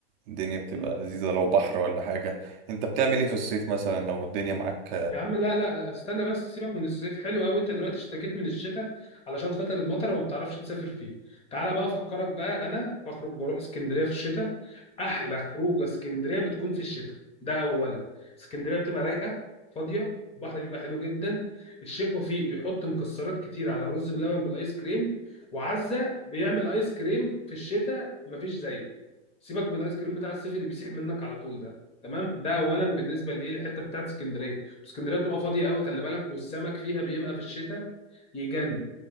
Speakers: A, on the right; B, on the left.
A: الدنيا بتبقى
B: مم.
A: لذيذة لو بحر ولا حاجة انت بتعمل ايه في الصيف مثلا لو الدنيا معاك
B: يا عم لا لا استنى بس سيبك من الصيف حلو قوي انت دلوقتي اشتكيت من الشتاء علشان خاطر المطر وما بتعرفش تسافر فيه تعالى بقى افكرك بقى انا بخرج بروح اسكندريه في الشتاء احلى خروجه اسكندريه بتكون في الشتاء ده اولا اسكندريه بتبقى رايقه فاضيه البحر بيبقى حلو جدا الشيخ وفيق بيحط مكسرات كتير على الرز بلبن بالايس كريم وعزه بيعمل ايس كريم في الشتاء مفيش زيه سيبك من الايس كريم بتاع الصيف اللي بيسيح منك على طول ده تمام ده اولا بالنسبه لايه الحته بتاعت اسكندريه اسكندريه بتبقى فاضيه قوي خلي بالك والسمك فيها بيبقى في الشتاء يجن